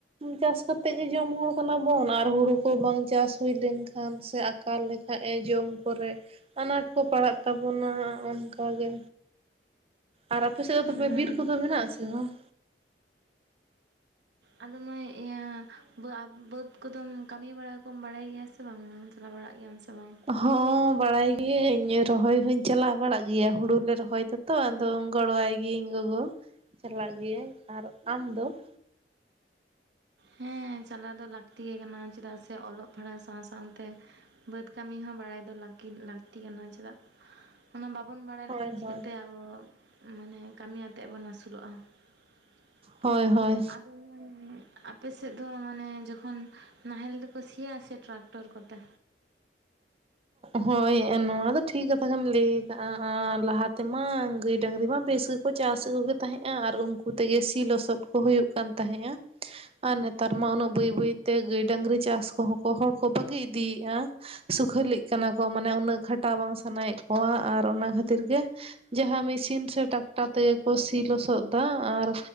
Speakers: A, on the right; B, on the right.
A: ᱪᱟᱥ ᱠᱟᱛᱮᱫ ᱜᱮ ᱡᱚᱢ ᱦᱚᱲ ᱠᱟᱱᱟ ᱵᱚᱱ ᱟᱨ ᱦᱩᱲᱩ ᱠᱚ ᱵᱟᱝ ᱪᱟᱥ ᱦᱩᱭ ᱞᱮᱱ ᱠᱷᱟᱱ ᱥᱮ ᱟᱠᱟᱞ ᱞᱮᱠᱷᱟᱱ <unintelligible> ᱡᱚᱢ ᱠᱚᱨᱮ ᱟᱱᱟᱴ ᱠᱚ ᱯᱟᱲᱟᱜ ᱛᱟᱵᱚᱱᱟ ᱚᱱᱠᱟ ᱜᱮᱼᱼ ᱟᱨ ᱟᱯᱮ ᱥᱮᱫ ᱫᱚ
B: ᱦᱮᱸ
A: ᱛᱚᱵᱮ ᱵᱤᱨ ᱠᱚᱫᱚ ᱢᱮᱱᱟᱜ ᱟ ᱥᱮ ᱵᱟᱝ
B: ᱟᱫᱚ ᱢᱟᱹᱭ ᱤᱭᱟᱹ ᱵᱟᱹᱫᱽ ᱠᱚᱫᱚᱢ ᱠᱟᱹᱢᱤ ᱵᱟᱲᱟ ᱠᱚᱢ ᱵᱟᱲᱟᱭ ᱜᱮᱭᱟ ᱥᱮ ᱵᱟᱝ ᱟ ᱪᱟᱞᱟᱣ ᱵᱟᱲᱟᱜ ᱜᱮᱭᱟᱢ ᱥᱮ ᱵᱟᱝᱼᱼ
A: ᱦᱚᱸ ᱵᱟᱲᱟᱭ ᱜᱤᱭᱟᱹᱧ ᱨᱚᱦᱚᱭ ᱦᱚᱧ ᱪᱟᱞᱟᱣ ᱵᱟᱲᱟᱜ ᱜᱮᱭᱟ ᱦᱩᱲᱩ ᱞᱮ ᱨᱚᱦᱚᱭ ᱫᱚ ᱛᱚ ᱟᱫᱚ ᱜᱚᱲᱚᱣᱟᱭ ᱜᱤᱭᱟᱹᱧ ᱜᱚᱜᱚ ᱪᱟᱞᱟᱜ ᱜᱤᱭᱟᱹ ᱟᱹᱧ ᱟᱨ ᱟᱢ ᱫᱚ ᱛᱚ
B: ᱦᱮᱸ ᱪᱟᱞᱟᱣ ᱫᱚ ᱞᱟᱹᱠᱛᱤ ᱠᱟᱱᱟ ᱪᱮᱫᱟᱜ ᱥᱮ ᱚᱞᱚᱜ ᱯᱟᱲᱦᱟᱣ ᱥᱟᱶ ᱥᱟᱶᱛᱮᱼᱼ ᱵᱟᱹᱫᱽ ᱠᱟᱹᱢᱤ ᱦᱚᱸ ᱵᱟᱲᱟᱭ ᱫᱚ <unintelligible> ᱞᱟᱹᱠᱛᱤ ᱠᱟᱱᱟ ᱪᱮᱫᱟᱜ ᱚᱱᱟ ᱵᱟᱵᱚᱱ ᱵᱟᱲᱟᱭ
A: ᱦᱳᱭ
B: ᱞᱮᱠᱷᱟᱡ ᱪᱤᱠᱟᱹᱜ
A: ᱦᱳᱭ
B: ᱛᱮ ᱟᱵᱚᱼᱼ ᱢᱟᱱᱮ ᱠᱟᱹᱢᱤᱭ ᱟᱛᱮᱫ ᱵᱚᱱ ᱟᱹᱥᱩᱞᱚᱜᱼᱟ <unintelligible>
A: ᱦᱳᱭ ᱦᱳᱭ
B: ᱥᱮᱫ ᱫᱚ ᱢᱟᱱᱮ ᱡᱚᱠᱷᱚᱱ ᱱᱟᱦᱮᱞ ᱛᱮᱠᱚ ᱥᱤᱭᱟ ᱥᱮ ᱴᱨᱟᱠᱴᱚᱨ ᱠᱚᱛᱮ
A: ᱦᱳᱭ ᱱᱚᱣᱟ ᱫᱚ ᱴᱷᱤᱠ ᱠᱟᱛᱷᱟ ᱜᱮᱢ ᱞᱟᱹᱭ ᱟᱠᱟᱫ-ᱟ ᱟᱨ ᱞᱟᱦᱟ ᱛᱮᱢᱟ ᱜᱟᱹᱭ ᱰᱟᱹᱝᱨᱤ ᱢᱟ ᱵᱮᱥᱼᱼ ᱠᱚ ᱪᱟᱥ ᱮᱫ ᱠᱚ ᱛᱟᱦᱮᱸᱜᱼᱟ ᱟᱨ ᱩᱱᱠᱩ ᱛᱮᱜᱮ ᱥᱤ ᱞᱚᱥᱚᱫ ᱠᱚ ᱦᱩᱭᱩᱜ ᱠᱟᱱ ᱛᱟᱦᱮᱸᱜᱼᱟ ᱟᱨ ᱱᱮᱛᱟᱨ ᱢᱟ ᱩᱱᱟᱹᱜ ᱵᱟᱹᱭ ᱵᱟᱹᱭ ᱛᱮ ᱜᱟᱹᱭ ᱰᱟᱹᱝᱨᱤ ᱪᱟᱥ ᱠᱚᱦᱚᱸ ᱠᱚ ᱦᱚᱲ ᱠᱚ ᱵᱟᱹᱜᱤ ᱤᱫᱤᱭ ᱮᱫᱼᱟ ᱥᱩᱠᱷᱟᱹᱞᱤᱜ ᱠᱟᱱᱟ ᱠᱚ ᱢᱟᱱᱮ ᱩᱱᱟᱹᱜ ᱠᱷᱟᱴᱟᱣ ᱵᱟᱝ ᱥᱟᱱᱟᱭᱮᱫ ᱠᱚᱣᱟ ᱟᱨ ᱚᱱᱟ ᱠᱷᱟᱹᱛᱤᱨ ᱜᱮᱼᱼ ᱡᱟᱦᱟᱸ ᱢᱮᱥᱤᱱ ᱥᱮ ᱴᱟᱠᱴᱟᱨ ᱛᱮᱜᱮ ᱠᱚ ᱥᱤ ᱞᱚᱥᱚᱫ ᱮᱫᱟ ᱟᱨᱼᱼ